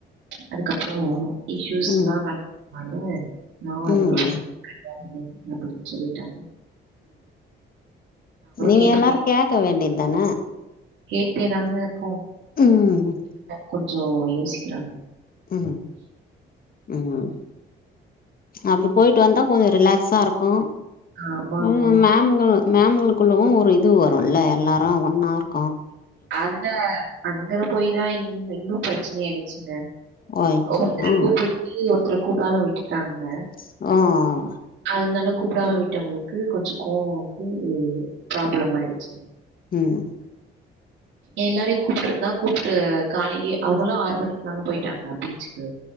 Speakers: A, on the right; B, on the left.
A: அதுக்கப்றோ இஷூஸ்ல்லா
B: ம்
A: நட நானு நா
B: ம்
A: இதுக்கப்பறம் கெடையாது அப்டின் சொல்லிட்ட
B: நீங்க
A: கேட்டுட்டே
B: எல்லாரு கேக்க வேண்டி தான
A: கேட்டேதாங்க இர்க்கோ
B: ம்
A: கொஞ்சோ யோசிக்குறாங்க
B: ம் ம் அப்டி போயிட்டு வந்தா கொஞ்சொ ரிலாக்ஸா இருக்கும்
A: ஆமாங்க.
B: ம் மேம்களு மேம்களுக்குள்ளவு ஒரு இது வரும்ல்ல எல்லாரு ஒன்னா இருக்
A: அதுல அங்கத போயிதா இ இன்னு பிரச்சனயாருக்கு
B: ஓ ஐயோ
A: ஒருத்தர கூப்புட்டு ஒருத்தர கூப்புடாம விட்டுட்டாங்க
B: ம் ம்
A: அதனால கூப்புடாம விட்டவங்களுக்கு கொஞ்சோ கோவோ வந்து ப்ராப்ளம் ஆயிருச்சு
B: ம்
A: எல்லாரையு கூப்பிட்டுருந்தா கூப்புட்டு காலையிலயே அவங்கல்லா ஆறு மணிக்கு மேம்ங்க போயிட்டாங்க பீச்சிக்கு